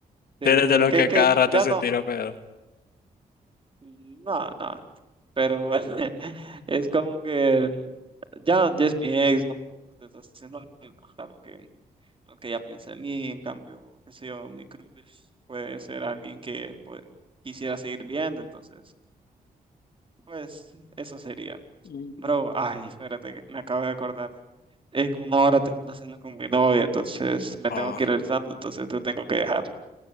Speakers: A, on the right (about 35°); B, on the left (about 70°).
A: sí,
B: Tú eres
A: porque
B: de los que
A: que
B: cada rato
A: ya
B: se
A: no,
B: tira pedo.
A: no, no, pero <laughs> es como que ya, ya es mi ex, ¿no? Entonces, no, claro que. lo que ella piensa de mí, en cambio, qué sé yo, mi crush puede ser alguien que pues, quisiera seguir viendo, entonces, pues eso sería.
B: Mm.
A: Bro, ay, espérate, que me acabo de acordar. En una hora tengo una cena con mi novia, entonces me
B: Oh.
A: tengo que ir realizando, entonces te tengo que dejar.